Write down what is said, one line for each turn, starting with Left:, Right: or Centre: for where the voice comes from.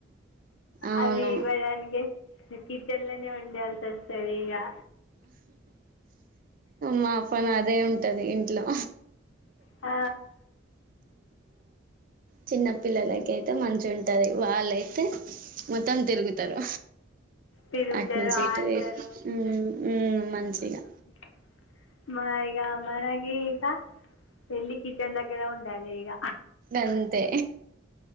Right: అవును
Left: అవిఇవ్వడానికే కిచెన్ లోనే ఉండాల్సి వస్తది ఇగా
Right: మా పని అదే ఉంటది ఇంట్లో
Left: ఆ
Right: చిన్నపిల్లలకి అయితే మంచి ఉంటది వాళ్ళయితే మొత్తం తిరుగుతారు
Left: తిరుగుతారు
Right: అటు నుంచి ఇటు
Left: ఆడతారు
Right: ఇటు ఉమ్ ఉమ్ మంచిగా
Left: ఉమ్. మా ఇగ మనకి ఇక వేళ్ళి కిచెన్ దగ్గరే ఉండాలి ఇగ
Right: అంతే